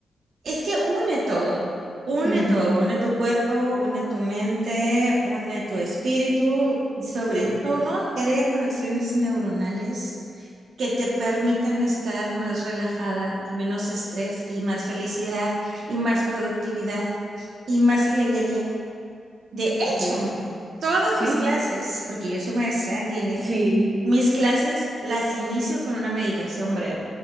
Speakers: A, on the right; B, on the right.
A: es que une todo, une
B: Mm,
A: todo, une tu cuerpo, une tu mente, une tu espíritu y sobre
B: sí,
A: todo crea conexiones neuronales que te permiten estar más relajada y menos estrés y más felicidad y más productividad y más alegría. De
B: jope.
A: hecho, todas
B: ¿Sí?
A: mis clases, porque yo soy maestra en línea,
B: Sí.
A: mis clases las inicio con una meditación breve,